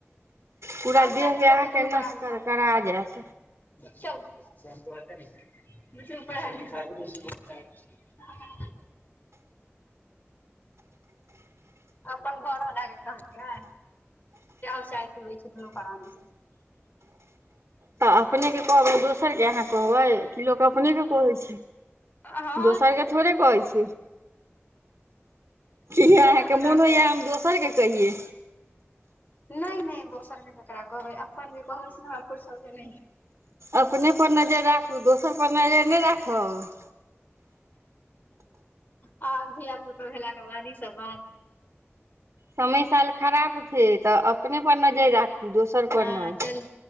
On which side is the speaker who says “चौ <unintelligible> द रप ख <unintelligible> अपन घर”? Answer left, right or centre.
Left